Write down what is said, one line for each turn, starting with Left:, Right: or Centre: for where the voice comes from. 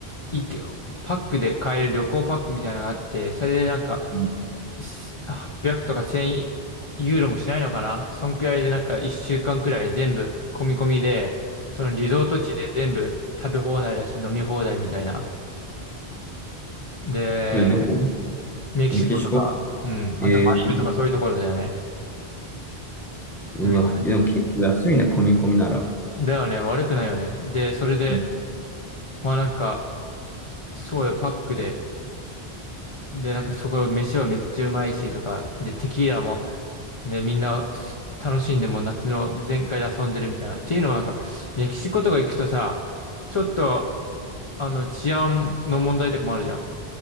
Left: いけ、パックで買える旅行パックみたいなのがあって、それでなんか、
Centre: うん
Left: す800とか1000ユーロもしないのかなそんくらいでなんか1週間くらい全部込み込みで、そのリゾート地で全部食べ放題だし飲み放題みたいな。で、
Centre: それどこ
Left: メキシコとか、
Centre: メキシコ
Left: うん、あとマリブとかそういうところだよね。
Centre: えー、うわ、
Left: でめっちゃ
Centre: でも結構安いね、込み込みなら。
Left: だよね、悪くないよね。で、それで、
Centre: うん
Left: まあなんか、そうだよ、パックで。で、なんかそこ、飯はめっちゃうまいし、とか。で、テキーラも、ね、みんなす楽しんでもう夏の全開で遊んでるみたいな。っていうのもなんか、メキシコとか行くとさ、ちょっと、あの、治安の問題とかもあるじゃん。